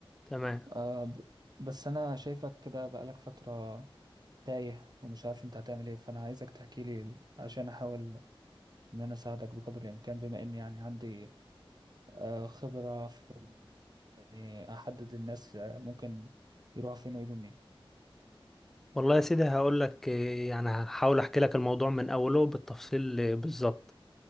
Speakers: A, in the centre; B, on the right.
A: تمام
B: آه ب- بس انا شايفك كده بقالك فترة تايه ومش عارف انت هتعمل ايه فانا عايزك تحكي لي عشان احاول ان انا اساعدك بقدر الامكان بما اني يعني عندي آه خبرة في إني احدد الناس آه، ممكن يروحوا فين ويجوا منين
A: والله يا سيدي هقول لك آه، يعني هحاول احكي لك الموضوع من اوله بالتفصيل آه، بالظبط